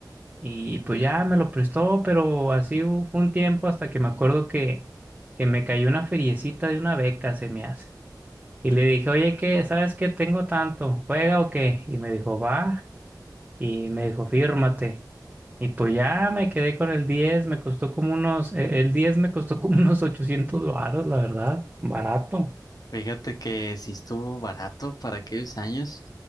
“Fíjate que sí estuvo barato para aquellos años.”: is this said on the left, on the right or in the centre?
Left